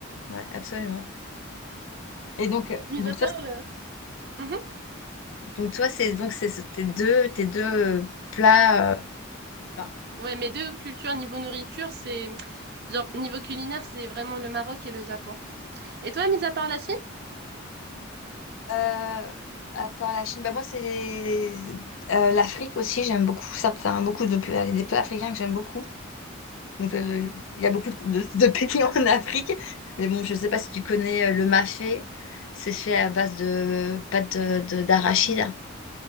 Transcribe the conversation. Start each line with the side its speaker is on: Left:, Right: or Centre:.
Left: Ouais, absolument. Et donc euh,
Right: Mis
Left: donc
Right: à part
Left: toi c'est-
Right: le... Mhm.
Left: donc toi c'est donc c'est c'est tes deux tes deux euh, plats. euh, Enfin.
Right: Ouais, mes deux cultures niveau nourriture, c'est... Genre, niveau culinaire, c'est vraiment le Maroc et le Japon. Et toi, mis à part la Chine?
Left: Euh, à part la Chine, bah moi c'est les- euh, l'Afrique aussi, j'aime beaucoup certains, beaucoup de plats, des plats africains que j'aime beaucoup. Donc, euh, il y a beaucoup de, de- de pays <laughs> en Afrique. Mais bon, je ne sais pas si tu connais euh, le mafé. C'est fait à base de pâte de, de- d'arachide.